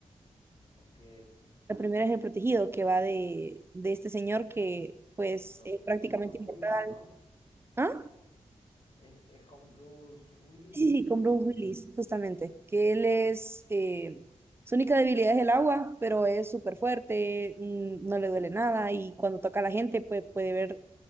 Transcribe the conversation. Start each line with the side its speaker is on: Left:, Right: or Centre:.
Left: Ok.
Right: La primera es El Protegido, que va de, de este señor que, pues,
Left: Bru-
Right: es prácticamente
Left: Bru- Bruce
Right: inmortal.
Left: Willis, ¿no?
Right: ¿Ah?
Left: ¿Es, es con Bruce Willis?
Right: Sí, sí, con
Left: Sí.
Right: Bruce Willis, justamente, que él es, eh, su única debilidad es el agua, pero es súper fuerte, mm, no le duele nada y cuando toca a la gente pues, puede ver